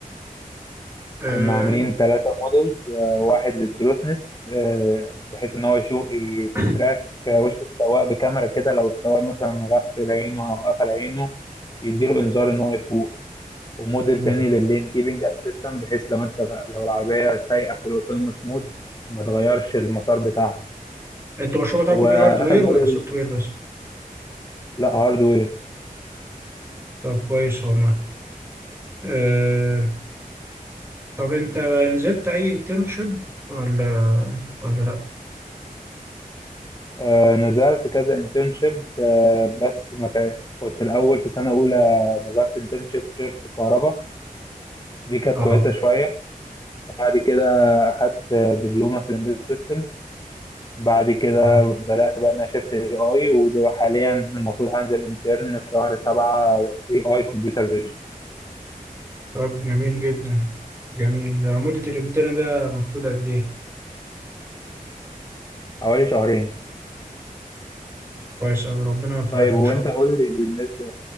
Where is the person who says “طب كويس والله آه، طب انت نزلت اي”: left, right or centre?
Right